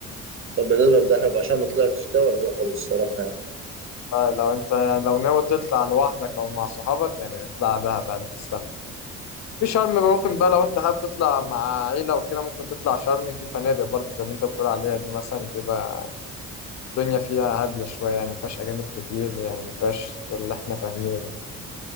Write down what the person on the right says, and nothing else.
طب بالنسبة لدهب عشان ما طلعتش ده ولا ده خالص الصراحة يعني